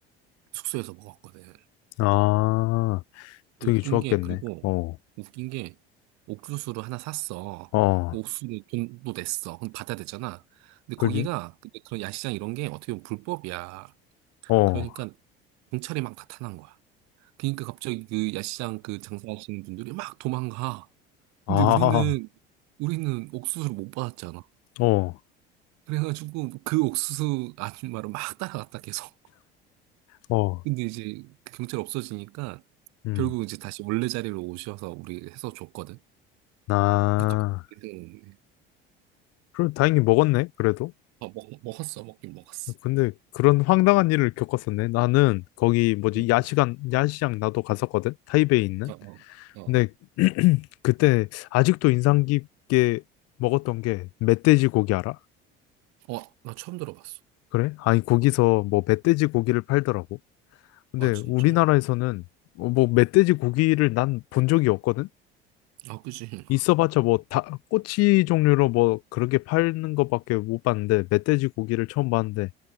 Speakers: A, on the right; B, on the left.
A: 숙소에서 먹었거든.
B: 아,
A: 그
B: 되게
A: 웃긴
B: 좋았겠네.
A: 게, 그리고,
B: 어,
A: 웃긴 게, 옥수수를 하나 샀어.
B: 어,
A: 그 옥수수를 돈도 냈어. 그럼 받아야 되잖아. 근데
B: 그지?
A: 거기가, 근데 그런 야시장 이런 게 어떻게 보면 불법이야.
B: 어,
A: 그러니까, 경찰이 막 나타난 거야. 그러니까 갑자기 그 야시장 그 장사하시는 분들이 막 도망가.
B: 아,
A: 근데 우리는, 우리는 옥수수를 못 받았잖아.
B: 어,
A: 그래가지고 그 옥수수 아줌마를 막 따라갔다 계속.
B: 어,
A: 근데 이제 그 경찰 없어지니까
B: 음,
A: 결국 이제 다시 원래 자리로 오셔서 우리 해서 줬거든.
B: 나,
A: 근데 갑자기 생각났네.
B: 그럼 다행히 먹었네, 그래도.
A: 어, 먹, 먹었어. 먹긴 먹었어.
B: 근데 그런 황당한 일을 겪었었네. 나는 거기 뭐지,
A: 응.
B: 야시간, 야시장 나도 갔었거든? 타이베이 있는.
A: 응. 어, 어,
B: 근데 <clears throat> 그때 아직도 인상 깊게 먹었던 게 멧돼지 고기 알아?
A: 어. 어, 나 처음 들어봤어.
B: 그래? 아니, 거기서 뭐 멧돼지 고기를 팔더라고. 근데
A: 아, 진짜?
B: 우리나라에서는 어, 뭐 멧돼지 고기를 난 본 적이 없거든?
A: 아, 그지. <laughs>
B: 있어봤자 뭐 다 꼬치 종류로 뭐 그렇게 파는 것밖에 못 봤는데 멧돼지 고기를 처음 봤는데